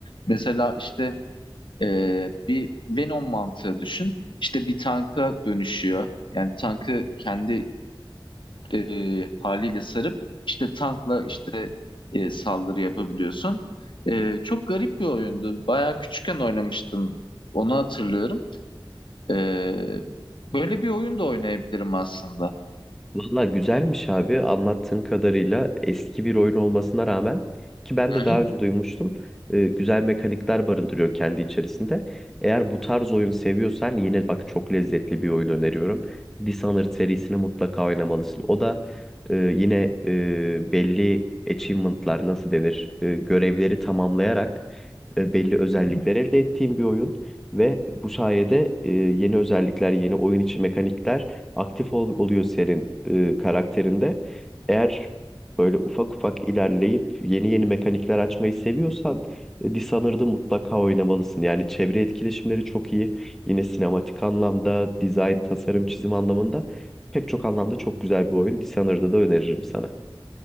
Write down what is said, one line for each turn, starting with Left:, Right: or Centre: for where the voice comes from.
Left: Mesela işte ee, bir Venom mantığı düşün. İşte bir tanka dönüşüyor. Yani tankı kendi e, haliyle sarıp işte tankla işte e, saldırı yapabiliyorsun. Ee, çok garip bir oyundu. Bayağı küçükken oynamıştım. Onu hatırlıyorum. Ee, böyle bir oyun da oynayabilirim aslında.
Centre: Valla güzelmiş abi anlattığın kadarıyla eski bir oyun olmasına rağmen ki ben
Left: Hı
Centre: de daha
Left: hı.
Centre: önce duymuştum e, güzel mekanikler barındırıyor kendi içerisinde. Eğer bu tarz oyun seviyorsan yine bak çok lezzetli bir oyun öneriyorum. Dishonored serisini mutlaka oynamalısın. O da e, yine e, belli achievement'lar nasıl denir e, görevleri tamamlayarak e, belli özellikler
Left: Hı hı.
Centre: elde ettiğim bir oyun ve bu sayede e, yeni özellikler yeni oyun içi mekanikler aktif ol- oluyor senin e, karakterinde. Eğer böyle ufak ufak ilerleyip yeni yeni mekanikler açmayı seviyorsan e, Dishonored'ı mutlaka oynamalısın. Yani çevre etkileşimleri çok iyi. Yine sinematik anlamda, dizayn, tasarım, çizim anlamında pek çok anlamda çok güzel bir oyun. Dishonored'ı da öneririm sana.